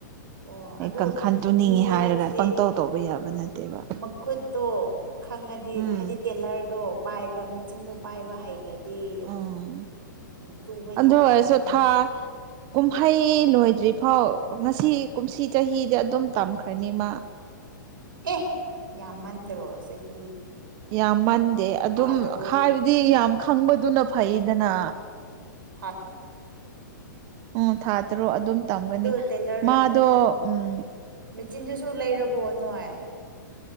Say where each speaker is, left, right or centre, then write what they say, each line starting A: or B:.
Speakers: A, on the right; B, on the right.
A: ꯑꯣ
B: ꯑꯩ
A: ꯑꯗꯨ
B: ꯀꯥꯡꯈꯟ ꯇꯨꯅꯤꯡꯉꯤ
A: ꯃꯤ
B: ꯍꯥꯏꯔꯒ
A: ꯍꯥꯏꯕꯁꯤꯗꯤ
B: ꯄꯪꯇꯧ ꯇꯧꯕ ꯌꯥꯕ ꯅꯠꯇꯦꯕ
A: ꯃꯈꯨꯠꯇꯣ ꯈꯪꯉꯗꯤ
B: ꯎꯝ
A: ꯍꯥꯏꯗꯤ ꯇꯦꯂꯔꯗꯣ ꯄꯥꯏꯕ ꯃꯦꯆꯤꯟꯗꯣ ꯄꯥꯏꯕ ꯍꯩ ꯈꯔꯗꯤ ꯑꯗꯨꯝ
B: ꯎꯝ
A: ꯎ ꯇꯨꯕ
B: ꯑꯗꯨ
A: ꯌꯥꯔꯅꯤꯗ
B: ꯑꯣꯏꯔꯁꯨ ꯊꯥ ꯀꯨꯝꯍꯩ ꯂꯣꯏꯗ꯭ꯔꯤꯐꯥꯎ ꯉꯁꯤ ꯀꯨꯝꯁꯤ ꯆꯍꯤꯗꯤ ꯑꯗꯨꯝ ꯇꯝꯈ꯭ꯔꯅꯤ ꯃꯥ <inaudible>
A: ꯑꯦ ꯌꯥꯝꯃꯟꯗ꯭ꯔꯣ ꯆꯍꯤ
B: ꯌꯥꯝ ꯃꯟꯗꯦ ꯑꯗꯨꯝ
A: ꯊꯥ ꯇꯔꯨꯛ
B: ꯍꯥꯏꯕꯗꯤ ꯌꯥꯝ ꯈꯪꯕꯗꯨꯅ ꯐꯩꯗꯅ
A: <unintelligible>
B: ꯎꯝ ꯊꯥ ꯇꯔꯨꯛ ꯑꯗꯨꯝ ꯇꯝꯒꯅꯤ
A: ꯑꯗꯨ ꯇꯦꯂꯔ
B: ꯃꯥꯗꯣ ꯎꯝ
A: ꯃꯦꯆꯤꯟꯗꯨꯁꯨ ꯂꯩꯔꯕꯣ ꯅꯣꯏ